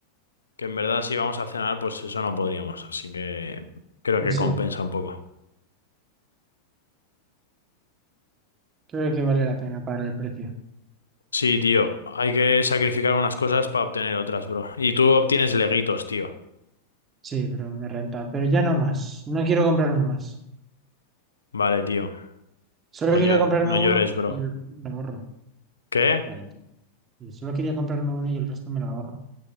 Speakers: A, on the left (about 75°); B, on the right (about 25°).
A: Que en verdad si vamos a cenar, pues eso no podríamos. Así que creo que compensa
B: Sí,
A: un poco.
B: creo que vale la pena para el precio.
A: Sí, tío, hay que sacrificar unas cosas para obtener otras, bro. Y tú obtienes leguitos, tío.
B: Sí, pero me renta. Pero ya no más. No quiero comprarme más.
A: Vale, tío.
B: Solo
A: No,
B: quería
A: llo-
B: comprarme
A: no
B: uno
A: llores, bro.
B: y el resto me lo ahorro.
A: ¿Qué?
B: Vale, tío. Y solo quería comprarme uno y el resto me lo ahorro.